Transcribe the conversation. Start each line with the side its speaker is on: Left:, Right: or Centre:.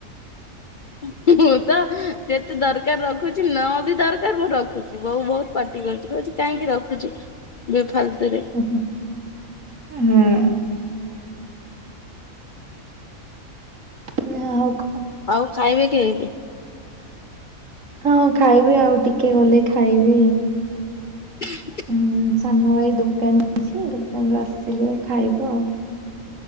Left: <inaudible> ମୁଁ ତ ସେତେ ଦରକାର ରଖୁଚି ନ ବି ଦରକାର ମୁଁ ରଖୁଚି ବୋଉ ବହୁତ୍ ପାଟି କରୁଚି କଉଚି କାଇଁକି ରଖୁଚୁ ବେଫାଲତୁରେ?
Right: ହୁଁ। ୟା ହଉ କୁ
Left: ଆଉ ଖାଇବେ କି ଏବେ?
Right: ହଁ ଖାଇବି ଆଉ ଟିକେ ଗଲେ ଖାଇବି।
Left: <inaudible>
Right: ହୁଁ ସାନ ଭାଇ ଦୋକାନ ଯାଇଛି ଦୋକାନରୁୁ ଆସିଲେ ଖାଇବୁ ଆଉ।